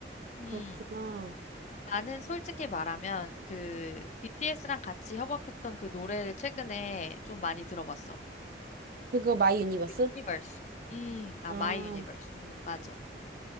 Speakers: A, on the left; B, on the right.
A: 음.
B: 그렇구나.
A: 나는 솔직히 말하면 그 BTS랑 같이 협업했던 그 노래를 최근에 좀 많이 들어봤어.
B: 그거 마이 유니버스?
A: 그 유니버스. 음, 아,
B: 아,
A: 마이 유니버스. 음, 맞아.